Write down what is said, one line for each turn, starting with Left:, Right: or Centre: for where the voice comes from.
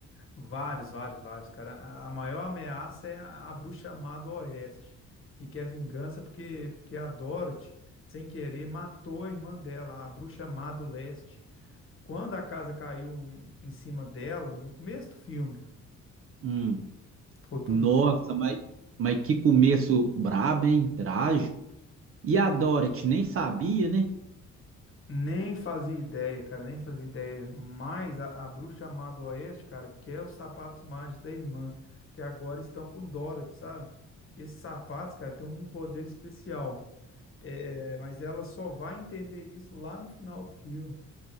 Left: Vários, vários, vários, cara. A a maior ameaça é a, a bruxa má do Oeste, que quer vingança porque, porque a Dorothy, sem querer, matou a irmã dela, a bruxa má do Leste. Quando a casa caiu em cima dela, no começo do filme,
Right: Hum.
Left: foi por
Right: Nossa,
Left: isso.
Right: mas, mas que começo brabo, hein? Trágico. E a Dorothy nem sabia, né?
Left: Nem fazia ideia, cara, nem fazia ideia. Mas a, a bruxa má do Oeste, cara, quer os sapatos mágicos da irmã, que agora estão com Dorothy, sabe? Esses sapatos, cara, têm um poder especial. É, é, mas ela só vai entender isso lá no final do filme.